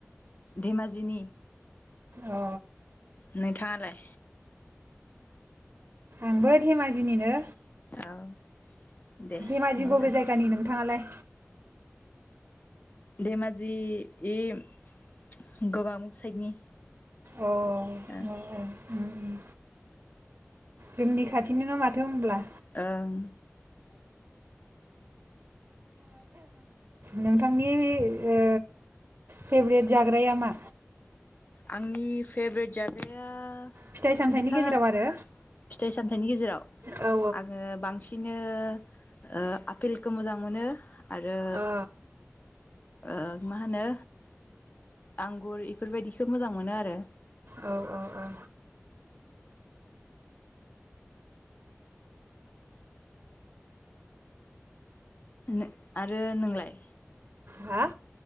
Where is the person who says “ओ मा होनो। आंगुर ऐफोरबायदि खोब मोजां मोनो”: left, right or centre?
Left